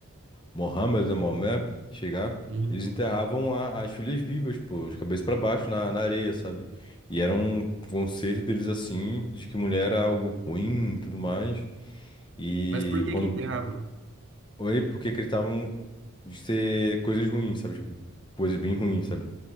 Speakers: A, on the left; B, on the right.
A: Mohammed e Maomé chegar,
B: Uhum.
A: eles enterravam a- as filhas vivas, pô, de cabeça pra baixo na, na areia, sabe? E era um conceito deles assim, de que mulher era algo ruim e tudo mais. E
B: Mas por que
A: quando.
B: que enterrava?
A: Oi, porque acreditavam de ser coisas ruins, sabe? Tipo, coisas bem ruins, sabe?